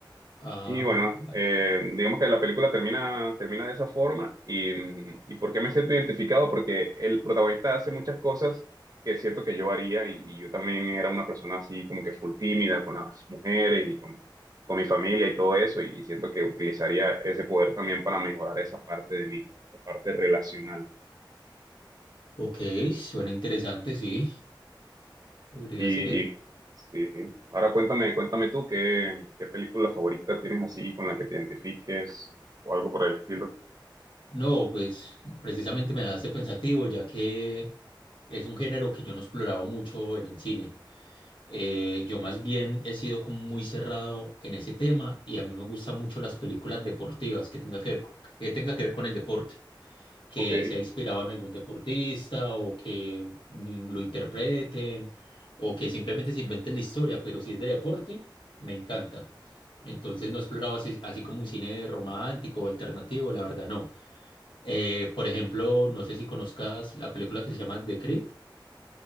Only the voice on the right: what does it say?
Y bueno,
eh, digamos que la película termina, termina de esa forma y, mm, y ¿por qué me siento identificado? Porque el protagonista hace muchas cosas que siento que yo haría y, y yo también era una persona así como que full tímida con las mujeres y con, con mi familia y todo eso y, y siento que utilizaría ese poder también para mejorar esa parte de mí, esa parte relacional.
Y,
y sí, sí. Ahora cuéntame, cuéntame tú qué, qué película favorita tienes así con la que te identifiques o algo por el estilo.
Ok.